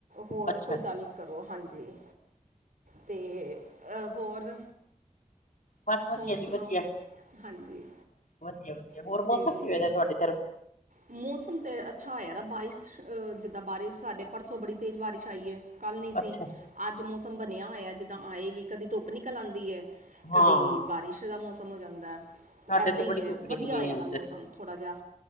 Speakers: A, on the right (about 80°); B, on the left (about 75°).
A: ਹੋਰ
B: ਅੱਛਾ
A: ਕੋਈ ਗੱਲ ਕਰੋ ਹਾਂਜੀ। ਤੇ ਐ ਹੋਰ
B: ਬਸ ਵਧੀਆ
A: ਹੋਰ ਸੁਣਾਓ
B: ਜੀ ਵਧੀਆ,
A: ਹਾਂਜੀ
B: ਵਧੀਆ- ਵਧੀਆ ਹੋਰ
A: ਅਤੇ
B: ਮੌਸਮ ਕੀਵੇਂ ਤੁ ਆਡੇ ਤਰਫ
A: ਮੌਸਮ ਤੇ ਅੱਛਾ ਹੋਯਾ ਬਇਸ ਅ ਜਿਦਾ ਬਾਰਿਸ਼ ਸਾਡੇ ਪਰਸੋਂ ਬੜੀ ਤੇਜ਼ ਬਾਰਿਸ਼ ਆਈ ਐ। ਕੱਲ੍ਹ ਨੀ ਸੀ,
B: ਅੱਛਾ
A: ਅੱਜ ਮੌਸਮ ਬਣਿਆ ਹੋਇਆ। ਜਿੱਦਾਂ ਆਏਗੀ, ਕਦੀ ਧੁੱਪ ਨਿਕਲ ਆਦੀ ਏ। ਕਦੀ
B: ਹਾਂ
A: ਬਾਰਿਸ਼ ਦਾ ਮੌਸਮ ਹੋ ਜਾਂਦੈ।
B: ਸਾਡੇ
A: ਇੱਦਾਂ
B: ਤੇ ਬੜੀ
A: ਈ ਐ
B: ਧੁੱਪ
A: ਵਧੀਆ
B: ਨਿਕਲੀ
A: ਹੋਇਆਦਾ
B: ਹੋਈ ਇੱਧਰ
A: ਮੌਸਮ ਥੋੜ੍ਹਾ ਜਿਆ